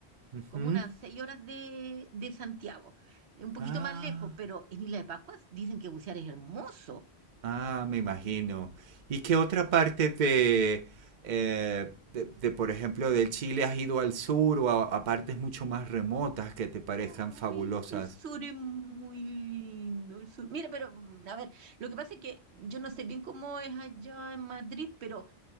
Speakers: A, on the right (about 50°); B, on the right (about 80°).
A: Ujú.
B: como unas seis horas de, de Santiago, eh, un poquito
A: Ah,
B: más lejos, pero en Isla de Pascuas dicen que bucear es hermoso.
A: ah, me imagino. ¿Y qué otra parte de, eh, de, de, por ejemplo, del Chile has ido al sur o a, a partes mucho más remotas que te parezcan
B: Ay,
A: fabulosas?
B: el sur es muy lindo, el sur. Mira, pero mm, a ver, lo que pasa es que yo no sé bien cómo es allá en Madrid, pero